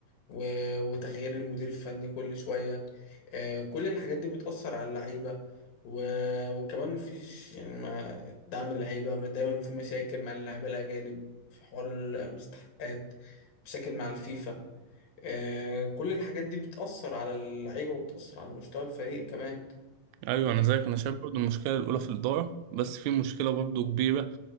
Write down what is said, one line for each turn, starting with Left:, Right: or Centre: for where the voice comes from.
Left: و- وتغيير المدير الفني كل شويه آه، كل الحاجات دي بتاثر على اللعيبه و- وكمان مفيش يعني ما دعم اللعيبه ما دايما في مشاكل مع اللعيبه الاجانب في حوار ال- المستحقات مشاكل مع الفيفا آه، كل الحاجات دي بتاثر على اللعيبه وبتاثر على مستوى الفريق كمان
Right: ايوه انا زيك انا شايف برضو المشكله الاولى في الاداره بس في مشكله برضو كبيره